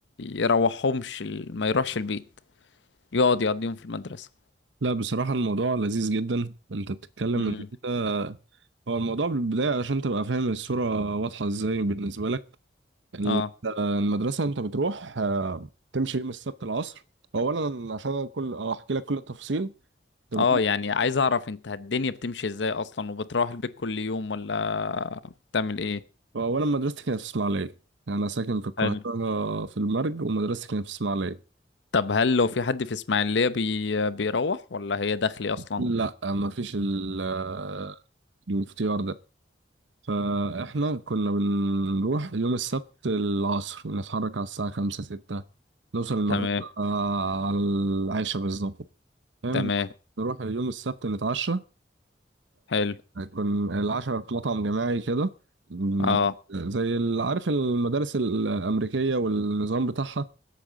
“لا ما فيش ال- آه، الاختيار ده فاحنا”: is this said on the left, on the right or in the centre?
Right